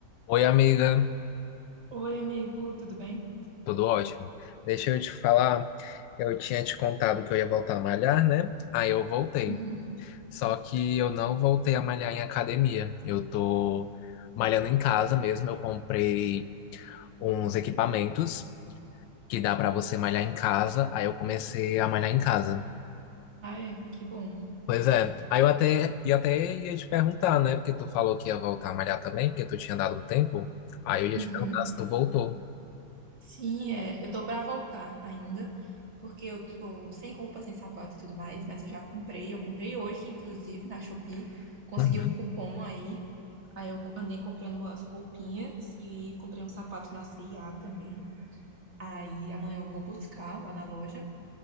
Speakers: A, on the left (about 85°); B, on the right (about 40°).
A: Oi, amiga,
B: Oi, amigo, tudo bem?
A: tudo ótimo? Deixa eu te falar, eu tinha te contado que eu ia voltar a malhar, né? Aí eu voltei.
B: Uhum.
A: Só que eu não voltei a malhar em academia. Eu tô malhando em casa mesmo. Eu comprei uns equipamentos que dá pra você malhar em casa. Aí eu comecei a malhar em casa.
B: Ai, que bom.
A: Pois é, aí eu até, e até ia te perguntar, né? Porque tu falou que ia voltar a malhar também, porque tu tinha dado um tempo. Aí eu ia
B: Uhum.
A: te perguntar se tu voltou.
B: Sim, é, eu tô pra voltar ainda, porque eu tô sem roupa, sem sapato e tudo mais, mas eu já comprei, eu comprei hoje, inclusive, na Shopee, consegui
A: Uhum.
B: um cupom aí, aí eu andei comprando as roupinhas e comprei um sapato na C&A também, aí amanhã eu vou buscar lá na loja,